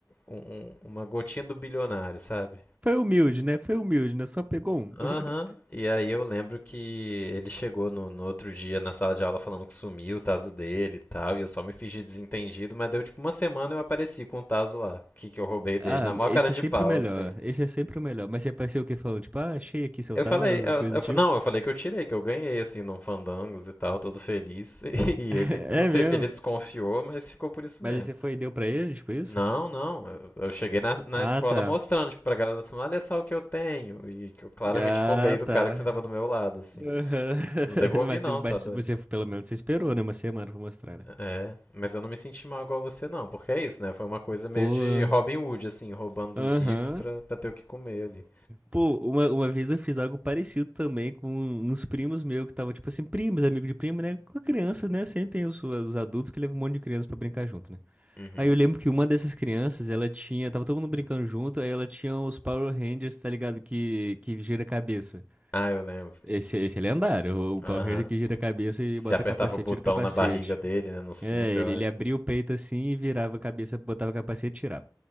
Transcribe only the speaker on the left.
um- um- uma gotinha do bilionário, sabe?
Aham.
E aí eu lembro que ele chegou no, no outro dia na sala de aula falando que sumiu o taso dele e tal, e eu só me fingi desentendido, mas deu tipo uma semana eu apareci com o taso lá, que, que eu roubei dele,
na maior
cara de
pau,
assim.
Eu
falei, eu-
eu
fa-
não, eu falei que eu tirei, que eu ganhei, assim, num Fandangos e tal, todo feliz. <laughs> E
ele, não
sei
se ele desconfiou, mas ficou por isso
mesmo.
Não, não. Eu eu cheguei na, na
escola
mostrando, tipo, pra galera assim, olha só o que eu tenho. E que eu claramente
roubei do
cara que sentava do meu lado, assim.
Não devolvi
não,
tá doido?
É, mas eu não me senti mal igual você não, porque é isso, né? Foi uma coisa meio
de Robin Hood, assim, roubando dos
ricos pra, pra ter o que comer ali.
Uhum.
Ah, eu lembro.
Uhum. Aham.
Se
apertava
o botão
na barriga dele, né? No cinto,
eu
acho.